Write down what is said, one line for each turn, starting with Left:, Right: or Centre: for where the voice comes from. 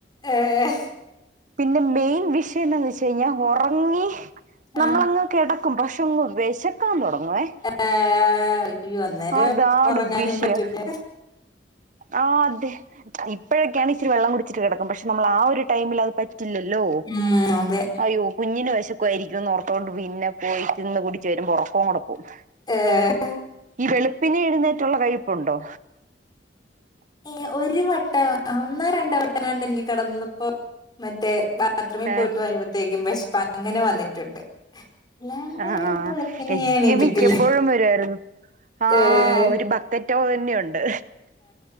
Left: ഏഹ്.
Right: പിന്നെ മെയിൻ വിഷയന്താന്ന് വെച്ച് കഴിഞ്ഞാൽ ഉറങ്ങി നമ്മളങ്ങ്
Left: ആഹ്
Right: കിട ഭക്ഷേ വേശക്കാൻ തുടങ്ങും.
Left: ഏഹ് അയ്യോ അന്നേരം
Right: ഓ അതാണ്
Left: ഉറങ്ങാനും
Right: വിഷയ
Left: പറ്റൂല
Right: ആഹ അതെ ഇപ്പഴൊക്കെയാണ് ഇച്ചിരി വെള്ളം കുടിച്ചിട്ട് കിടക്കും പക്ഷെ നമ്മൾ ആ ഒരു ടൈമിൽ അത് പറ്റില്ലല്ലോ
Left: ഉം അതെ
Right: അയ്യോ കുഞ്ഞിനു വെഷ <unintelligible> ന്നു ഓർത്തോണ്ട് പിന്നെ പോയിട്ട്ന്ന് തിന്ന് കുടിച്ച് വരുമ്പോഴേക്കും ഉറക്കം കൂടെ പോകും.
Left: ഏഹ
Right: ഈ വെളുപ്പിന് എഴുന്നേറ്റുള്ള കഴിപ്പുണ്ടോ?
Left: ഏ ഒരു വട്ടം ഒന്നോ രണ്ടോ വട്ടങ്ങാണ്ട് എനിക്ക് കിടന്നപ്പോ മറ്റേ ബാത്‌റൂമിൽ
Right: ഏഹ്
Left: പോയിട്ട് വരുമ്പോത്തേക്കും വിഷ്പ അങ്ങനെ വന്നിട്ടുണ്ട്. അല്ലാണ്ട്
Right: ആ
Left: വെളുപ്പിന്
Right: എനിക്ക്
Left: ഞാൻ എണീറ്റിട്ടില്ല
Right: മിക്കപ്പോഴും വരു ആയിരുന്നു ആ
Left: ഏഹ്
Right: ഒരു ബക്കറ്റ് <unintelligible> തന്നെയുണ്ട്.